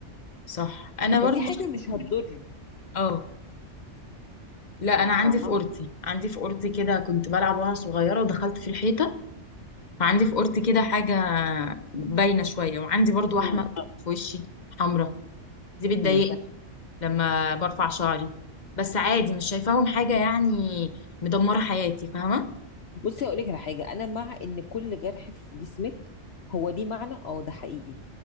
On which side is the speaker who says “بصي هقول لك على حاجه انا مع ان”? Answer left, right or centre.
Left